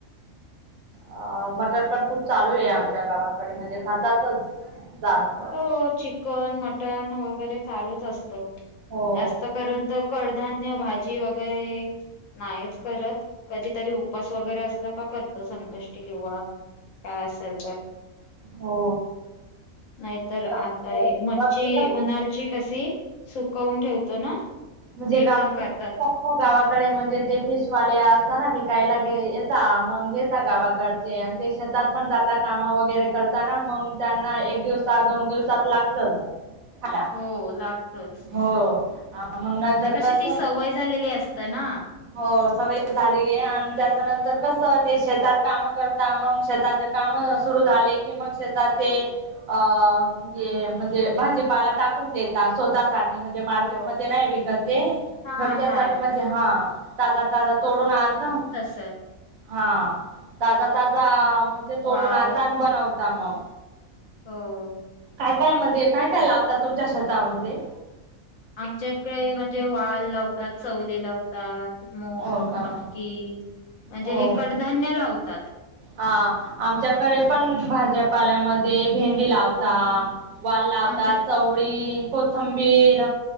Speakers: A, on the right; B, on the left.
A: अ मटर पण खूप चालू आहे आमच्या गावाकडे म्हणजे खातातच जास्त
B: हो चिकन मटन वगैरे चालूच असतो
A: हो
B: जास्त करून तर कडधान्य भाजी वगैरे नाहीच करत कधीतरी उपास वगैरे असल का करतो संकष्टी किंवा का असल तर
A: हो
B: नाहीतर
A: गावाकडे
B: आता मच्छी
A: कसं
B: उन्हाळची कशी सुकवून ठेवतो ना
A: म्हणजे
B: ते
A: गावात
B: पण करतात
A: त्या गावाकडे म्हणजे ते फिशवाले असताना विकायला गे येत म्हणजे त्या गावाक ते शेतात पण जातात काम वगैरे करताना मग त्यांना एक दिवस दोन दिवस लागतच खाला
B: हो लागतच
A: हो मग नंतर
B: म्हणजे कशी
A: कसं
B: ती सवय झालेली असतं ना
A: हो सव झाली आणि त्याच्या नंतर कस ते शेतात काम करता मग शेताच्या काम सुरू झाले कि मग शेतात ते अ म्हणजे म्हणजे भाजीपाला टाकून देता स्वतः ते म्हणजे मार्केट
B: हो
A: मध्ये नाही विकत ते
B: हा
A: घरच्या
B: नाही
A: सा म्हणजे हा ताजा ताजा तोडून आणता
B: अस
A: हा ताजा ताजा म्हणजे तोडून
B: वाल
A: आण तान बनवता मग
B: हो
A: काय काय म्हणजे काय काय लावतात तुमच्या शेतामध्ये
B: आमच्या इकडे म्हणजे वाल लावतात चवली लावतात मूग
A: हो का
B: मटकी म्हणजे
A: हो
B: हे कडधान्य लावतात
A: हा आमच्याकडे पण भाज्यापाल्यामध्ये भेंडी लावता वाल लावतात
B: आमच्या
A: चवळी कोथंबीर